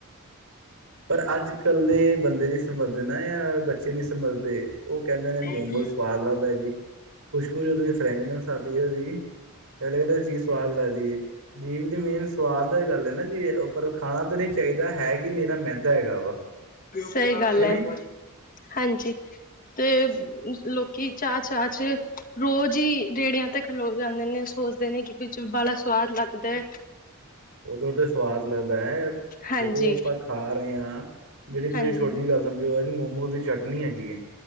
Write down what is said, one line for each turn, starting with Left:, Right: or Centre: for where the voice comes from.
Right: ਪਰ ਅੱਜ ਕੱਲ ਦੇ ਬੰਦੇ ਨੀ ਸਮਝਦੇ ਨਾ ਯ ਬ ਪਛੇ ਨਹੀਂ ਸਮਝਦੇ ਉਹ ਕਹਿੰਦੇ ਨੇ ਮੋਮਲ
Left: ਹਾਂਜੀ
Right: ਸਵਾਦ ਲੱਗਦਾ ਜੀ ਖੁਸ਼ਬੂ ਜਦੋਂ ਫਰੈਗਨੈਂਸ ਆਦੀ ਹੈ ਉਹਦੀ ਕਲੇ ਕਹਿੰਦੇ ਚੀਜ਼ ਸਵਾਦ ਲੱਗਦੀ ਏ ਜੀ ਵੀ ਦੀ ਮੇਨ ਸਵਾਦ ਗੱਲ ਹੈ ਨਾ ਜੀ ਪਰ ਖਾਣਾ ਤਾਂ ਨਹੀਂ ਚਾਹੀਦਾ ਹੈ। ਕੀ ਹਨੇਰਾ ਮਹਿੰਦਾ ਹੈਗਾ ਵਾ
Left: ਸਹੀ ਗੱਲ
Right: ਕਿ ਨਹੀਂ
Left: ਹੈ। ਹਾਂਜੀ ਤੇ ਲੋਕੀ ਚਾਹ-ਚਾਹ ਚ ਰੋਜ਼ ਹੀ ਰੇੜਿਆਂ ਤੇ ਖਲੋ ਜਾਂਦੇ ਨੇ ਸੋਚਦੇ ਨੇ ਕਿ ਬ ਬੜਾ ਸਵਾਦ ਲੱਗਦਾ ਹੈਏ
Right: ਉਦੋਂ ਤਾਂ ਸਵਾਦ ਲੱਗਦਾ ਹੈ
Left: ਹਾਂਜੀ
Right: ਜਦੋਂ ਆਪਾਂ ਖਾ ਰਹੇ ਹਾਂ ਜਿਹੜੀ ਤੁਸੀਂ
Left: ਹਾਂਜੀ
Right: ਛੋਟੀ ਗੱਲ ਸਮਝੋ ਇਹਦੀ ਮੋਮੋ ਦੀ ਚਟਨੀ ਹੈਗੀ